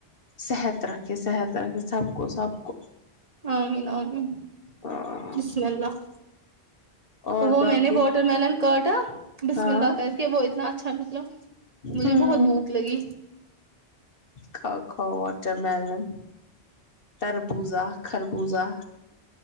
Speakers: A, on the left (about 55°); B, on the right (about 35°).
A: صحت رکھے صحت رکھے سب کو سب کو
B: آمین آمین
A: ہاں
B: بسم اللہ
A: اور
B: وہ
A: باقی
B: میں نے واٹر ملن کاٹا بسم
A: ہاں
B: اللہ کر کے وہ اتنا اچھا نکلا مجھے
A: ہ
B: بہت بھوک لگی
A: کھاؤ کھاؤ واٹر ملن تربوزہ خربوزہ